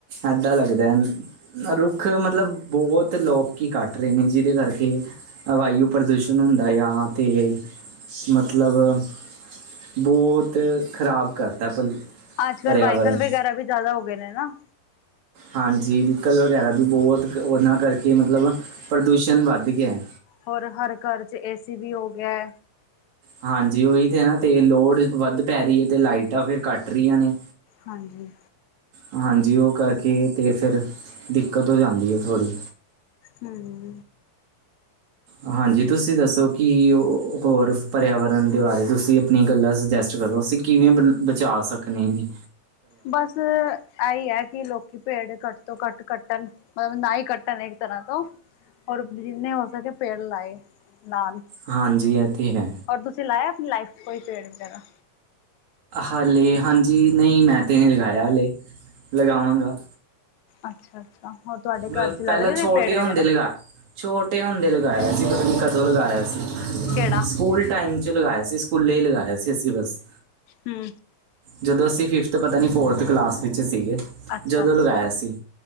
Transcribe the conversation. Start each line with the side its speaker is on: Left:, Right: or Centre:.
Right: ਏਦਾਂ ਲੱਗਦਾ ਐਨ ਰੁੱਖ ਮਤਲਬ, ਬਹੁਤ ਲੋਕੀ ਕੱਟ ਰਹੇ ਨੇ। ਜੀਹਦੇ ਕਰਕੇ ਹਵਾਯੂ ਪ੍ਰਦੂਸ਼ਣ ਹੁੰਦਾ ਆ ਨਾ ਤੇ ਮਤਲਬ ਬੋਤ ਖ਼ਰਾਬ ਕਰਤਾ ਪਲ
Left: ਅੱਜ-ਕੱਲ੍ਹ
Right: ਪਰਿਆਵਰਨ
Left: ਵਾਈਕਲ ਵਗੈਰਾ ਵੀ ਜ਼ਿਆਦਾ ਹੋਗੇ ਨੇ ਨਾ।
Right: ਹਾਂਜੀ, ਵਹੀਕਲ ਵਗੈਰਾ ਵੀ ਬਹੁਤ। ਉਹਨਾਂ ਕਰਕੇ ਮਤਲਬ ਪ੍ਰਦੂਸ਼ਣ ਵੱਧ ਗਿਆ।
Left: ਹੋਰ, ਹਰ ਘਰ 'ਚ ਏਸੀ ਵੀ ਹੋ ਗਿਆ।
Right: ਹਾਂਜੀ, ਉਹੀ ਤੇ ਨਾ ਤੇ ਲੋਡ ਵੱਧ ਪੈ ਰਹੀ ਐ ਤੇ ਲਾਈਟਾਂ ਫਿਰ ਕੱਟ ਰਹੀਆਂ ਨੇ।
Left: ਹਾਂਜੀ।
Right: ਹਾਂਜੀ, ਉਹ ਕਰਕੇ ਤੇ ਫਿਰ ਦਿੱਕਤ ਹੋ ਜਾਂਦੀ ਐ ਥੋੜ੍ਹੀ।
Left: ਹਮ।
Right: ਹਾਂਜੀ। ਤੁਸੀਂ ਦੱਸੋ ਕਿ ਓ, ਹੋਰ ਪਰਿਆਵਰਨ ਦੇ ਬਾਰੇ ਤੁਸੀਂ ਆਪਣੀਆਂ ਗੱਲਾਂ ਸੁਜੈਸਟ ਕਰੋ। ਅਸੀਂ ਕਿਵੇਂ ਬ ਬਚਾ ਸਕਦੇ ਏਨੇ।
Left: ਬਸ ਐਈਐ ਕਿ ਲੋਕੀ ਪੇੜ ਘੱਟ ਤੋਂ ਘੱਟ ਕੱਟਣ। ਮਲਬ ਨਾ ਈ ਕੱਟਣ ਇੱਕ ਤਰ੍ਹਾਂ ਤੋਂ ਔਰ ਜਿੰਨੇ ਹੋ ਸਕੇ ਪੇੜ ਲਾਏ-ਲਾਨ।
Right: ਹਾਂਜੀ, ਐ ਤੇ ਹੈ।
Left: ਔਰ ਤੁਸੀਂ ਲਾਇਆ ਆਪਣੀ ਲਾਈਫ 'ਚ ਕੋਈ ਪੇੜ ਵਗੈਰਾ।
Right: ਹਾਲੇ ਹਾਂਜੀ। ਨਹੀਂ ਮੈਂ ਤੇ ਨੀ ਲਗਾਇਆ ਹਾਲੇ, ਲਗਾਵਾਂਗਾ।
Left: ਅੱਛਾ-ਅੱਛਾ। ਹੋਰ, ਤੁਹਾਡੇ
Right: ਪਹਿਲਾਂ
Left: ਘਰ 'ਚ ਲੱਗ ਰਹੇ
Right: ਛੋਟੇ
Left: ਨੇ ਪੇੜ ਵਗੈਰਾ।
Right: ਹੁੰਦੇ ਲਗਾ ਛੋਟੇ ਹੁੰਦੇ ਲਗਾਇਆ ਸੀ। ਪਤਾ ਨੀ ਕਦੋਂ ਲਗਾਇਆ ਸੀ।
Left: ਕਿਹੜਾ
Right: ਸਕੂਲ ਟਾਈਮ 'ਚ ਲਗਾਇਆ ਸੀ। ਸਕੂਲੇ ਈ ਲਗਾਇਆ ਸੀ, ਅਸੀਂ ਬੱਸ।
Left: ਹਮ।
Right: ਜਦੋਂ ਅਸੀਂ ਫਿਫਥ ਪਤਾ ਨੀ, ਫੋਰਥ ਕਲਾਸ ਵਿੱਚ ਸੀਗੇ।
Left: ਅੱਛਾ
Right: ਜਦੋਂ ਲਗਾਇਆ ਸੀ,